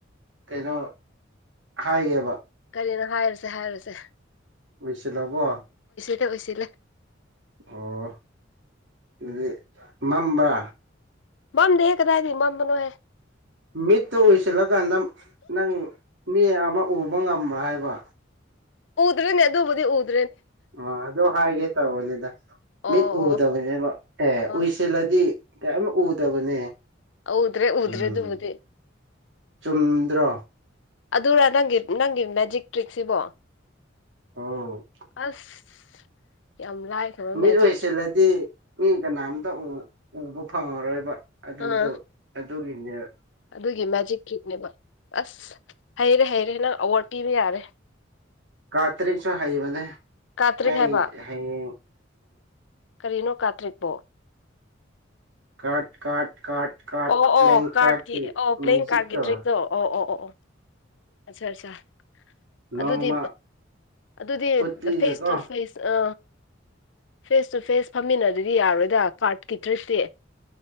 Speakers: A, on the right; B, on the left.
A: ꯀꯩꯅꯣ ꯍꯥꯏꯒꯦꯕ
B: ꯀꯔꯤꯅ ꯍꯥꯏꯔꯁꯦ ꯍꯥꯏꯔꯁꯦ
A: ꯑꯣꯏꯁꯜꯂꯥꯕꯣ
B: ꯑꯣꯏꯁꯤꯂꯦ
A: ꯑꯣ ꯑꯗꯨꯗꯤ ꯃꯝꯕ꯭ꯔꯥ
B: ꯃꯝ ꯗꯦ ꯀꯗꯥꯏ ꯊ ꯃ ꯃꯅꯣꯍꯦ
A: ꯃꯤꯠꯇꯨ ꯑꯣꯏꯁꯤꯜꯂꯀꯥꯟꯗ ꯅꯪ ꯃꯤ ꯑꯃ ꯎꯕ ꯉꯝꯕ꯭ꯔꯥ ꯍꯥꯏꯕ
B: ꯎꯗ꯭ꯔꯦꯅꯦ ꯑꯗꯨꯕꯨꯗꯤ ꯎꯗ꯭ꯔꯦ
A: ꯑ ꯑꯗꯣ ꯍꯥꯏꯦ ꯇꯕꯅꯦꯗ ꯃꯤꯠ
B: ꯑꯣ
A: ꯎꯗꯕꯅꯦꯕ
B: ꯑꯣ
A: ꯑꯦ
B: ꯑꯣ
A: ꯎꯏꯁꯤꯜꯂꯗꯤ ꯀꯌꯥꯃꯛ ꯎꯗꯕꯅꯦ
B: ꯍꯧꯗ꯭ꯔꯦ ꯎꯗ꯭ꯔꯦ
A: ꯎꯝ
B: ꯑꯗꯨ ꯎꯗꯦ
A: ꯆꯨꯝꯗ꯭ꯔꯣ
B: ꯑꯗꯨꯔ ꯅꯪꯒꯤ ꯅꯪꯒꯤ ꯃꯦꯖꯤꯛ ꯇ꯭ꯔꯤꯛꯁꯤꯕꯣ
A: ꯑꯣ
B: ꯑꯁ ꯀ ꯂꯑ ꯊꯔ
A: ꯃꯤꯠ
B: ꯃꯦꯖꯤꯛ
A: ꯑꯣꯏꯁꯤꯜꯂꯗꯤ ꯃꯤ ꯀꯅꯥꯝꯇ ꯎꯕ ꯐꯪꯉꯔꯣꯏꯕ ꯑꯗꯨꯗꯣ
B: ꯑꯥ
A: ꯑꯗꯨꯒꯤꯅꯦꯕ
B: ꯑꯗꯨꯒꯤ ꯃꯦꯖꯤꯛ ꯇ꯭ꯔꯤꯛꯅꯦꯕ ꯑꯁ ꯍꯩꯔꯦ ꯍꯩꯔꯦ ꯅꯪ ꯑꯋꯥꯠ ꯄꯤꯕ ꯌꯥꯔꯦ
A: ꯀꯥ ꯇꯔꯦꯛꯁꯨ ꯍꯩꯕꯅꯦ
B: ꯀꯥꯇ꯭ꯔꯤꯛ
A: ꯑꯩ
B: ꯍꯥꯏꯕ
A: ꯍꯌꯦꯌꯦꯡ
B: ꯀꯔꯤꯅꯣ ꯀꯥꯇ꯭ꯔꯤꯛꯄꯣ
A: ꯀꯥꯠ ꯀꯥꯠ ꯀ ꯀꯥ
B: ꯑꯣ ꯑꯣ ꯀꯥꯔꯠꯀꯤ
A: ꯀꯥ
B: ꯑꯣ ꯄ꯭ꯂꯦꯌꯤꯡ
A: ꯃꯦꯖꯤꯛ
B: ꯀꯥꯔꯠꯀꯤ
A: ꯇ
B: ꯇ꯭ꯔꯤꯛꯇꯣ ꯑꯣ ꯑꯣ ꯑꯣ ꯑꯣ ꯑꯠꯆꯥ ꯑꯠꯆꯥ
A: ꯅꯣꯡꯃ
B: ꯑꯗꯨꯗꯤ ꯑꯗꯨꯗꯤ
A: ꯎꯠꯄꯤꯒꯦꯀꯣ
B: ꯐꯦꯁ ꯇꯨ ꯐꯦꯁ ꯑ ꯐꯦꯁ ꯇꯨ ꯐꯦꯁ ꯐꯝꯃꯤꯟꯅ ꯑꯗꯨꯗꯤ ꯌꯥꯔꯣꯏꯗ ꯀꯥꯔꯠꯀꯤ ꯗ꯭ꯔꯤꯁꯇꯦ